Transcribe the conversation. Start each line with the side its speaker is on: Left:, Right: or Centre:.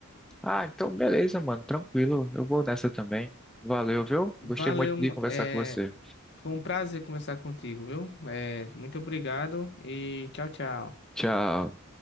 Centre: Ah, então beleza, mano. Tranquilo. Eu vou nessa também. Valeu, viu?
Left: Valeu,
Centre: Gostei muito de
Left: m-
Centre: conversar
Left: é,
Centre: com você.
Left: foi um prazer conversar contigo, viu? É, muito obrigado e tchau, tchau.
Centre: Tchau.